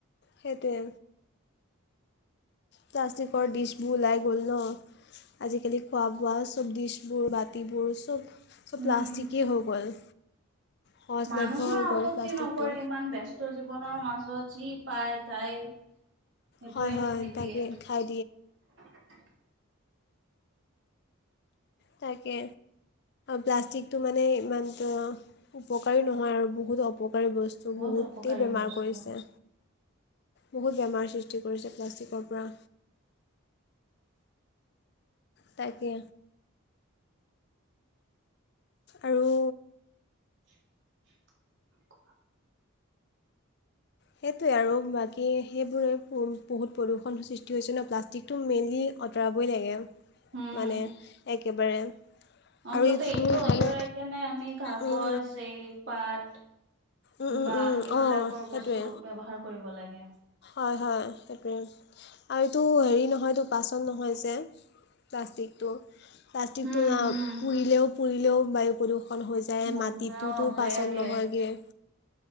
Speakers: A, on the left (about 50°); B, on the right (about 60°).
A: সেইটোৱে। প্লাষ্টিকৰ ডিছবোৰ ওলাই গ'ল ন? আজিকালি খোৱা বোৱা চ'ব ডিছবোৰ বাতিবোৰ চ'ব চ'ব
B: উম,
A: প্লাষ্টষ্টিকেই হয় গ'ল। সহজলভ্য
B: মানুহে
A: হৈ
B: আপত্তি
A: গ'ল প্লাষ্টিকটো
B: নকৰে ইমান ব্যস্ত জীৱনৰ মাজত। যি পায় তাই সেইটোৱে
A: হয় হয়
B: খাই
A: তাকে
B: দিয়ে।
A: খাই তাকে। প্লাষ্টিকটো মানে ইমান উপকাৰী নহয় আৰু বহুত অপ আৰু বস্ত
B: বহুত
A: বহুতে
B: অপকাৰী
A: বেমাৰ
B: বস্তু।
A: কৰিছে বহুথ বেমা খতি কৰিছে প্লাষ্টিকৰ পৰা। তাকে। আৰু
B: ক
A: সেইটোৱে আৰু বাকী সেইবোৰে বহুত প্ৰদূষণৰ সৃষ্টি হৈছে ন প্লাষ্টিকটো মেইনলি অতৰাবই লাগে
B: উম,
A: মানে একেবাৰে।
B: অন্তত
A: আৰু ইটো
B: এইটো অতৰাই
A: মানে
B: কেনে আমি কাগজ
A: উম
B: এই পাত
A: উম উম উম
B: বা
A: উম
B: এইবিলাকৰ
A: অঁ সেইটোৱে
B: বস্তু ব্যৱহাৰ কৰিব লাগে।
A: হয়, হয়, সেইটোৱে। আৰু এইটো হেৰি নহয় এইটো পাচন নহয় যে। প্লাষ্টিকটো প্লাষ্টিকটো
B: উম, হুম,
A: পুৰিলেও পুৰিলেও বায়ু প্ৰড হৈ যায়
B: বনোৱা
A: মাটিটোতো
B: বেয়াকে
A: পাচন নহয়গে।